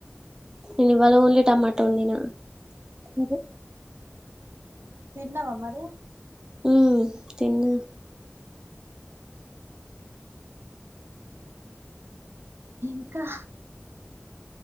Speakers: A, on the right; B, on the right.
A: నేను ఇవాళ ఓన్లీ టమాటా వండినా సరే
B: తిన్నవా మరి
A: మి తిన్న.
B: ఇంకా